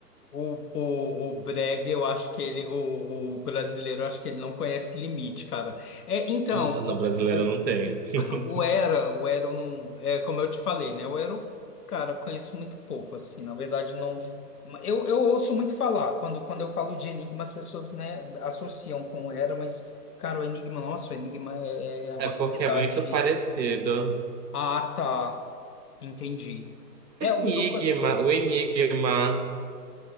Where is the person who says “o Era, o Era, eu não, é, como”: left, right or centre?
Left